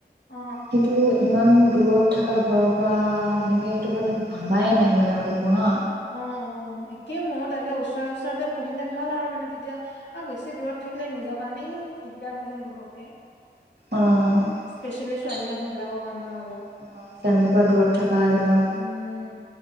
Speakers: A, on the left (about 85°); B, on the right (about 65°).
A: অ
B: কিন্তু ইমান দূৰত থকা ঘৰৰ পৰা সেনেকে, সেইটো মানে ভাবাই নাই মানে অলপ পহা
A: অ', -অ', একেই ময় তাকে ওচৰে ওচৰতে পঢ়িলে ভাল আৰু মানে তেতিয়া আৰু বেছি দূৰত থাকিলে নিজৰ কাৰণেই দিগদাৰ হৈ যায় ঘপককে
B: অ', ফেমিলিৰ
A: স্পেচিয়েলি ছোৱালী মানুহ বিলাকৰ কাৰণে আৰু অলপ
B: পৰা দূৰত থকা এইবিলাক
A: উম